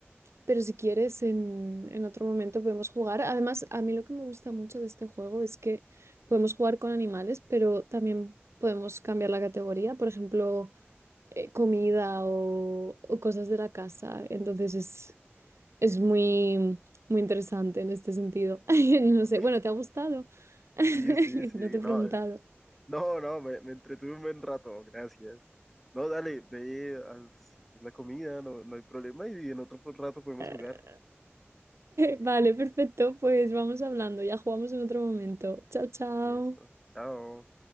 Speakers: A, on the right (about 80°); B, in the centre.
A: pero si quieres, en, en otro momento podemos jugar. Además, a mí lo que me gusta mucho de este juego es que podemos jugar con animales, pero también podemos cambiar la categoría, por ejemplo, eh, comida o, o cosas de la casa. Entonces es, es muy, muy interesante en este sentido. <laughs> No
B: Ok.
A: sé, bueno, ¿te ha gustado? <laughs>
B: Sí, sí, sí.
A: No te
B: No,
A: he preguntado.
B: eh, no, no, me, me entretuve un buen rato, gracias. No, dale, ve, haz, haz la comida, no, no hay problema. Y en otro rato podemos
A: <laughs>
B: jugar.
A: Vale, perfecto, pues vamos hablando, ya jugamos en otro momento. Chao, chao.
B: Y esto. Chao.